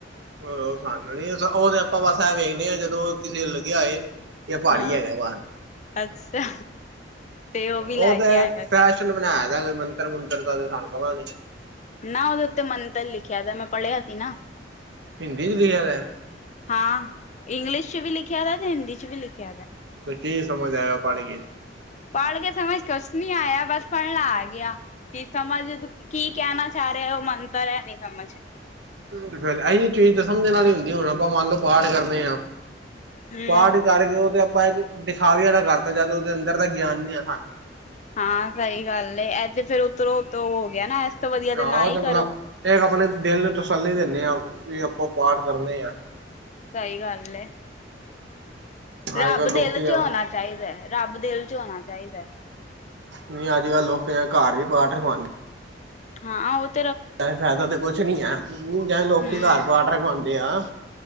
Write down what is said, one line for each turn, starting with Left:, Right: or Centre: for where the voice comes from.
Right: <unintelligible> ਓ ਸਾਨੂੰ ਨੀ, ਔਹ ਤੇ ਬਸ ਐਹ ਵੇਖਦੇ ਆ ਜਦੋਂ ਕਿਸੇ ਲੱਗਿਆ ਹੋਏ ਜਾਂ ਪਹਾੜੀ
Left: ਹਾਂ,
Right: ਹੈਗਾ ਬਾਹਰ
Left: ਅੱਛਾ ਤੇ ਓ ਵੀ
Right: ਉਹ
Left: ਲੈ
Right: ਤੇ
Left: ਕੇ ਆਇਆ ਸੀ।
Right: <unintelligible> ਮੰਤਰ ਮੂਤਰ ਤਾਂ ਸਾਨੂੰ ਪਤਾ ਨੀ।
Left: ਨਾ ਓਦੇ ਉੱਤੇ ਮੰਤਰ ਲਿਖਿਆ ਦਾ, ਮੈਂ ਪੜ੍ਹਿਆ ਸੀ ਨਾ।
Right: ਹਿੰਦੀ ਚ ਲਿਖਿਆ ਹੋਇਆ?
Left: ਹਾਂ, ਇੰਗਲਿਸ਼ ਚ ਵੀ ਲਿਖਿਆ ਵਾ ਤੇ ਹਿੰਦੀ ਚ ਵੀ ਲਿਖਿਆ ਵਾ।
Right: ਫੇਰ ਕੀ ਸਮਝ ਆਇਆ ਪੜ ਕੇ?
Left: ਪੜ ਕੇ ਸਮਝ ਕੁਛ ਨੀ ਆਇਆ ਬਸ ਪੜਨਾ ਆ ਗਿਆ, ਕੀ ਸਮਝ ਤ ਕੀ ਕਹਿਣਾ ਚਾ ਰਿਆ ਓ ਮੰਤਰ ਐ ਨੀ ਸਮਝ
Right: ਤੇ ਫੇਰ ਏਹੀਓ ਚੀਜ਼ ਤਾਂ ਸਮਝ ਆਲੀ ਹੁੰਦੀ ਆ, ਹੁਣ ਆਪਾਂ ਮੰਨ ਲਓ ਪਾਠ ਕਰਦੇ ਆ‌।
Left: ਹਮ
Right: ਪਾਠ ਕਰਕੇ ਓ ਤੇ ਆਪਾਂ ਇੱਕ ਦਿਖਾਵੇ ਆਲਾ ਕਰਤਾ ਜਦ ਓਦੇ ਅੰਦਰ ਦਾ ਗਿਆਨ ਨੀ ਆ ਸਾਨੂੰ।
Left: ਹਾਂ ਸਹੀ ਗੱਲ ਏ ਏਹ ਤੇ ਫੇਰ ਓਤਰੋ ਓਤੋ ਓ ਹੋ ਗਿਆ ਨਾ। ਤੋਂ ਵਧੀਆ
Right: ਆਹੋ
Left: ਨਾ
Right: ਓ
Left: ਹੀ
Right: ਤੇ
Left: ਕਰੋ
Right: ਮਤਲਬ ਏ ਆਪਣੇ ਦਿਲ ਨੂੰ ਤਸੱਲੀ ਦਿੰਨੇ ਆਂ ਵੀ ਆਪਾਂ ਪਾਠ ਕਰਨੇ ਆਂ।
Left: ਸਈ ਗੱਲ ਏ।
Right: ਅੱਜ
Left: ਰੱਬ
Right: ਕੱਲ੍ਹ ਲੋਕੀ
Left: ਦਿਲ
Right: ਤਾਂ
Left: 'ਚ ਹੋਣਾ ਚਾਈਦਾ ਰੱਬ ਦਿਲ 'ਚ ਹੋਣਾ ਚਾਈਦਾ।
Right: ਨਈ ਅੱਜ ਕੱਲ੍ਹ ਲੋਕ ਐ ਘਰ ਵੀ ਪਾਠ ਰਖਵਾਂਦ
Left: ਹਾਂ ਓ ਤ
Right: ਐ ਫਾਇਦਾ ਤੇ ਕੁਛ ਨੀ ਐ ਊ ਜੇ ਲੋਕੀ
Left: ਹਮ
Right: ਘਰ ਪਾਠ ਰਖਵਾਂਦੇ ਆ।